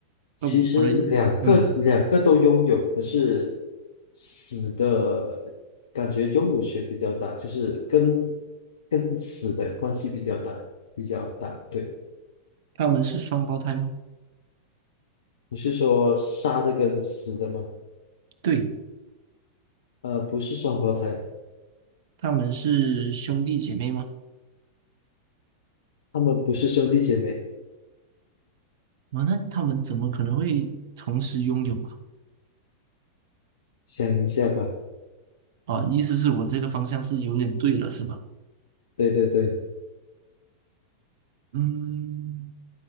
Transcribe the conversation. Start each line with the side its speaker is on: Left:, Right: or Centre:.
Left: 其实两个两个都拥有，
Right: 呃，不对，嗯，
Left: 可是死的感觉拥有权比较大，就是跟跟死的关系比较大，比较大。对，
Right: 他们是双胞胎吗？
Left: 你是说杀的跟死的吗？
Right: 对，
Left: 呃，不是双胞胎，
Right: 他们是兄弟姐妹吗？
Left: 他们不是兄弟姐妹。
Right: 啊，那他们怎么可能会同时拥有啊？
Left: 想一下吧。
Right: 啊，意思是我这个方向是有点对了，是吧？
Left: 对对对，
Right: 嗯，